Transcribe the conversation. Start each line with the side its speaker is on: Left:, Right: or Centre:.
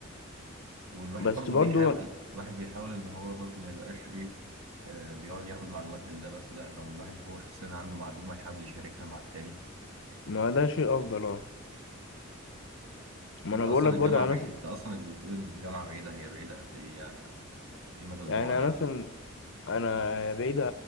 Right: والواحد
Left: بس
Right: برضو
Left: برضه
Right: بيحاول الواحد بيحاول ان هو برضو ما يبقاش ايه آه، بيقعد ياخد معلومات من ده بس لا لو الواحد هو شخصيا عنده معلومه يحاول يشاركها مع التاني
Left: ما ده شيء أفضل اه ما
Right: انت
Left: أنا
Right: اصلا
Left: بقول لك
Right: الجامعه
Left: برضه أنا
Right: بعيد
Left: مثلا
Right: انت اصلا اللي بتقول ان الجامعه بعيده هي بعيده قد ايه يعني دي مدى البعد
Left: يعني أنا
Right: عنه
Left: مثلا أنا بعيدة